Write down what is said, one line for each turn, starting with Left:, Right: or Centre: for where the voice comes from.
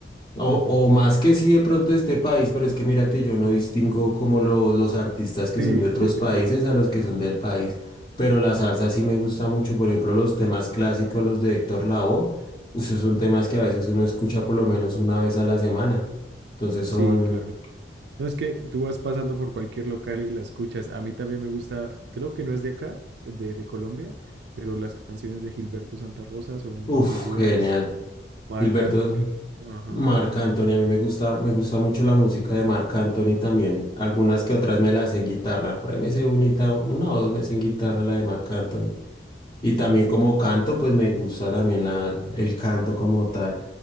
Left: O,
Right: Ujú.
Left: o más que sí de pronto de este país, pero es que mira que yo no distingo como lo- los artistas que
Right: Sí,
Left: son de otros
Right: sí, sí,
Left: países
Right: sí.
Left: a los que son del país. Pero la salsa sí me gusta mucho, por ejemplo, los temas clásicos, los de Héctor Lavoe, esos son temas
Right: Ujú.
Left: que a veces uno escucha por lo menos una vez a la semana. Entonces
Right: Sí,
Left: son,
Right: claro. No, es que tú vas pasando por cualquier local y la escuchas. A mí también me gusta, creo que no es de acá, de, de Colombia, pero las canciones de Gilberto Santa Rosa son
Left: uff,
Right: muy buenas.
Left: genial.
Right: Marc
Left: Gilberto.
Right: Anthony, ajá,
Left: Marc Anthony, a mí me gusta, me gusta mucho la música de Marc Anthony también. Algunas que otras me las sé en guitarra. Por ahí me sé unita, una o dos me sé en guitarra la de Marc Anthony. Y
Right: sí,
Left: también
Right: sí.
Left: como canto, pues me gusta también la, el canto como tal.